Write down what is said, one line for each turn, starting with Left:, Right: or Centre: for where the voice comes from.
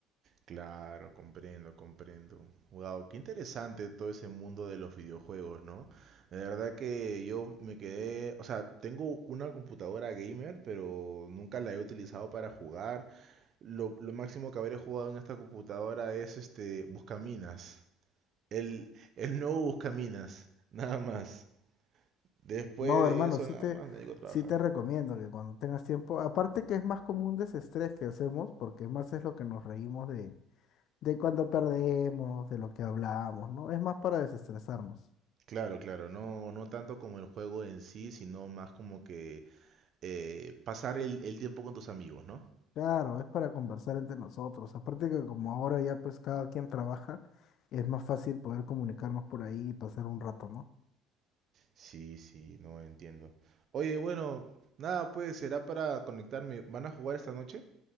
Right: Claro, comprendo, comprendo. Wow, qué interesante todo ese mundo de los videojuegos, ¿no? De verdad que yo me quedé, o sea, tengo una computadora gamer, pero nunca la he utilizado para jugar. Lo, lo máximo que habré jugado en esta computadora es este Buscaminas. El, el nuevo Buscaminas, <laughs> nada más. Después
Left: No,
Right: de
Left: hermano,
Right: eso,
Left: sí
Right: nada
Left: te,
Right: más me dedico a trabajar.
Left: sí te recomiendo que cuando tengas tiempo, aparte que es más como un desestrés que hacemos, porque más es lo que nos reímos de, de cuando perdemos, de lo que hablamos, ¿no? Es más para desestresarnos.
Right: Claro, claro, no, no tanto como el juego en sí, sino más como que eh, pasar el, el tiempo con tus amigos, ¿no?
Left: Claro, es para conversar entre nosotros. Aparte que como ahora ya pues cada quien trabaja, es más fácil poder comunicarnos por ahí y pasar un rato, ¿no?
Right: Sí, sí, no entiendo. Oye, bueno, nada, pues será para conectarme. ¿Van a jugar esta noche?